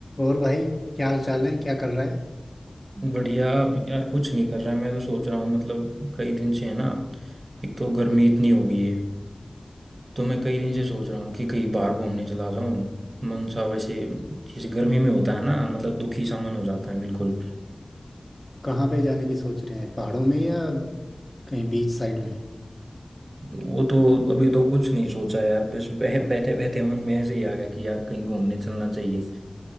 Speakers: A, on the left; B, on the right.
A: और भाई क्या हाल चाल है क्या कर रहा है
B: बढ़िया यार कुछ नहीं कर रहा है। मैं तो सोच रहा हूँ मतलब कई दिन से है ना एक तो गर्मी इतनी हो गई है तो मैं कई दिन से सोच रहा हूँ कि कहीं बाहर घूमने चला जाऊँ मन सा वैसे जैसे गर्मी में होता है ना मतलब दुखी सा मन हो जाता है बिल्कुल
A: कहाँ पे जाने की सोच रहे हैं पहाड़ों में या कहीं बीच साइड में
B: वो तो अभी तो कुछ नहीं सोचा है बस <laughs> बै, बैठे बैठे मन में ऐसे ही आ गया कि यार कहीं घूमने चलना चाहिए